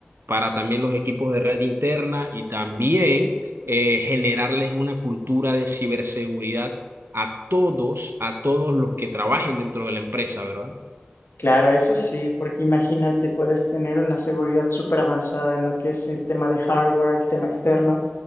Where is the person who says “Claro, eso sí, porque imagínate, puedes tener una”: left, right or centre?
Left